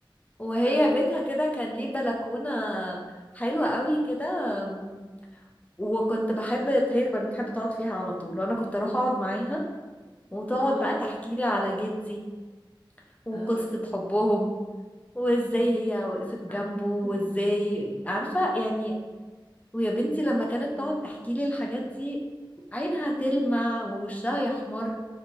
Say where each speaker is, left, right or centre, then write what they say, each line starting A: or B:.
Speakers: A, on the left; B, on the left.
A: وهي
B: اه
A: بيتها كده كان ليه بلكونه حلوه قوي كده آم، وكنت بحب هي كانت بتحب تقعد فيها على طول وانا كنت اروح اقعد معاها وتقعد
B: اه
A: بقى تحكي لي على جدي وقصه
B: اه
A: حبهم وازاي هي وقفت جنبه
B: <laughs>
A: وازاي عارفة يعني ويا بنتي لما كانت
B: مم.
A: تقعد تحكي لي الحاجات دي عينها تلمع ووشها يحمر